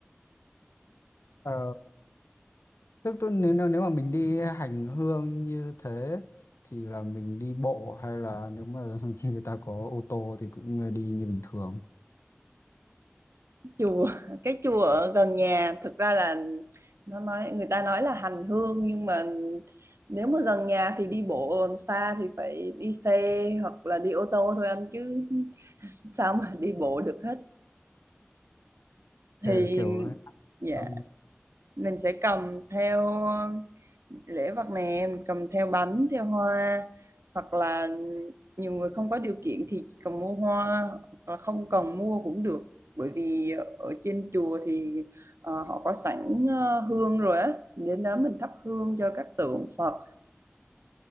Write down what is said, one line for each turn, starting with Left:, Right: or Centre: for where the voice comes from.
Left: Ờ, tức, tức nếu, nếu nếu mà mình đi hành hương như thế thì là mình đi bộ hay là nếu mà <laughs> người ta có ô tô thì cũng ờ, đi như bình thường.
Right: chùa <laughs> cái chùa ở gần nhà thực ra là nó nói người ta nói là hành hương nhưng mà nếu mà gần nhà thì đi bộ còn xa thì phải đi xe hoặc là đi ô tô thôi anh chứ sao mà đi bộ được hết thì
Left: Ừ, kiểu
Right: dạ
Left: Ừ,
Right: mình sẽ cầm theo ờ, lễ vật nè mình cầm theo bánh theo hoa hoặc là nhiều người không có điều kiện thì chỉ cần mua hoa hoặc là không cần mua cũng được bởi vì ở trên chùa thì ờ, họ có sẵn ờ, hương rồi á đến đó mình thắp hương cho các tượng Phật